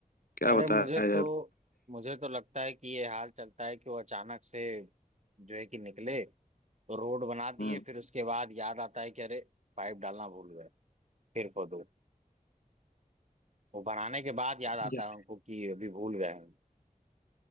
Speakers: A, on the left; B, on the right.
A: क्या
B: अरे
A: बताया
B: मुझे
A: जाए
B: तो मुझे तो लगता है कि ये हाल चलता है कि वो अचानक से जो है कि निकले तो रोड बना दिए
A: हम्म
B: फिर उसके बाद याद आता है कि अरे पाइप डालना भूल गए फिर खोदो वो बनाने के बाद याद आता
A: या-
B: है उनको कि अभी भूल गए हैं